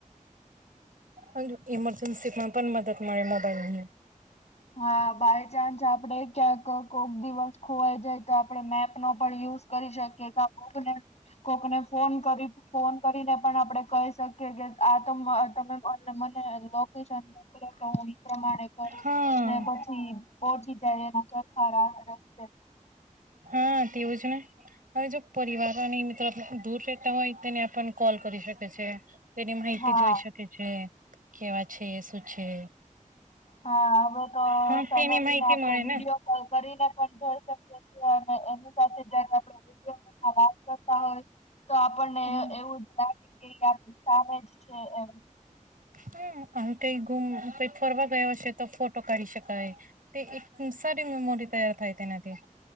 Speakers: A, on the right (about 85°); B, on the left (about 55°).
A: અને ઇમરજન્સી માં પણ મદદ મળે મોબાઈલ ની
B: હા બાયચાન્સ આપડે ક્યાંક કોક દિવસ ખોવાઈ જાય તો આપડે મેપ નો પણ યુઝ કરી શકીએ કા કોકને કોકને ફોન કરી ફોન કરીને પણ આપડે કહી શકીએ કે આ તો મ તમે મને મને લોકેશન મોકલો તો હું એ પ્રમાણે કરું
A: હા.
B: ને પછી, પહોંચી જાય એના ચરથરા રસ્તે
A: હા, તેવું જ ને. હવે જો પરિવાર અને મિત્રો દૂર રહેતા હોય તેને આપણ કોલ કરી શકે છે. તેની મિર્તિ
B: હા
A: જોઈ શકે છે, કેવા છે, શું છે.
B: હા હવેતો
A: હા
B: ફેમિલીને
A: તેની માહિતી
B: આપડે
A: મળે
B: વિડીયો
A: ને
B: કોલ કરીને પણ જોઈ શકીએ છીએ, અને એની સાથે જયારે આપ વિડીયો નો આવાઝ કરતા હોય, તો આપણને
A: હમ
B: એ એવું જ લાગે કે, ઈ આપડી સામે જ છે એમ,
A: હમ્મ આમ કઈ ગુમ કઈ ફરવા ગયો છે તો ફોટો કાઢી શકાય. તે એક સારી મેમોરી તૈયાર થાય તેનાથી.